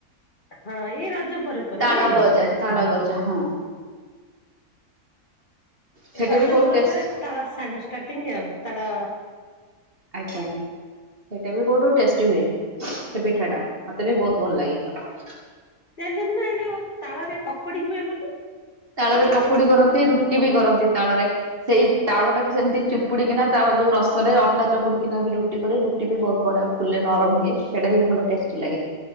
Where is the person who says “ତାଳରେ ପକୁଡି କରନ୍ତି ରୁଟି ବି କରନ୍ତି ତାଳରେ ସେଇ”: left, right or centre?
Right